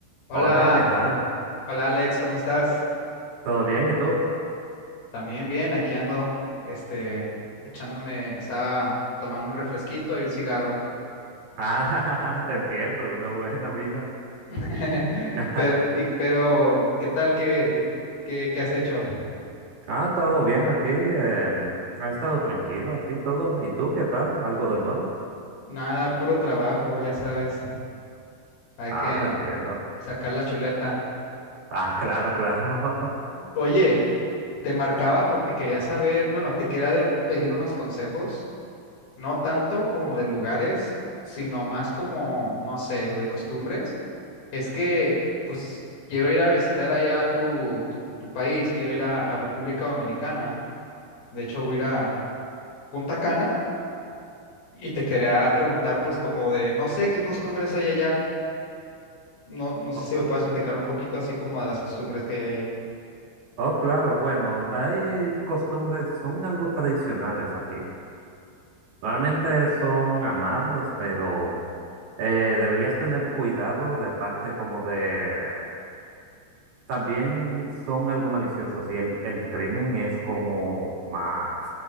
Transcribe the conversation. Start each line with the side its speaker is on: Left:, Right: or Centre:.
Left: Hola,
Right: Hola, ¿qué tal?
Left: hola Alex, ¿cómo estás?
Right: ¿Todo bien? ¿Y tú?
Left: También bien, aquí ando, este, echándome, estaba tomando un refresquito y un cigarro.
Right: Ah, <laughs> te entiendo, una buena vida.
Left: <laughs>
Right: <laughs>
Left: Pero, y- pero, ¿qué tal? ¿Qué, qué, qué has hecho?
Right: Ah, todo bien aquí. em, ha estado tranquilo aquí todo. ¿Y tú qué tal? ¿Algo de nuevo?
Left: Nada, puro trabajo, ya sabes, hay
Right: Ah,
Left: que
Right: te entiendo. <laughs>
Left: sacar la chuleta.
Right: Ah, claro, claro. <laughs>
Left: Oye, te marcaba porque quería saber, bueno, te quería de- pedir unos consejos, no tanto como de lugares, sino más como, no sé, de costumbres. Es que, pues, quiero ir a visitar allá tu, tu, tu país, quiero ir a, a República Dominicana. De hecho, voy a ir a Punta Cana y te quería preguntar, pues, como de, no sé qué costumbres hay allá. No, no sé
Right: Oh,
Left: si me puedes platicar un poquito así como de las costumbres que hay ahí.
Right: oh, claro, bueno, hay costumbres, son algo tradicionales aquí. Normalmente son amables, pero eh, deberías tener cuidado de parte como de También son algo maliciosos y el, el crimen es como más